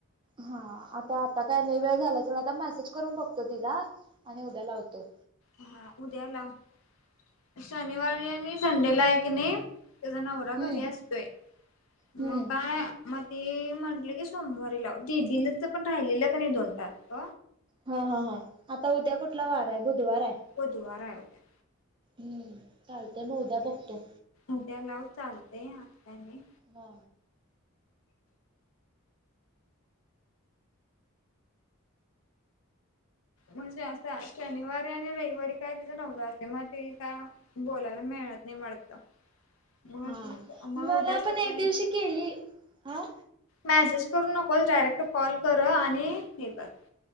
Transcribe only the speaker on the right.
हा आता आता काही नाही लई वेळ झालायं सोड आता मेसेज करून बघतो तिला आणि उद्या लावतो.
हम्म
हम्म
हा हा ह् आता उद्या कुठला वार आहे बुधवार आहे
हम्म चालतंय मग उद्या बघतो
हा
हा
मला
पण एक दिवशी केली हा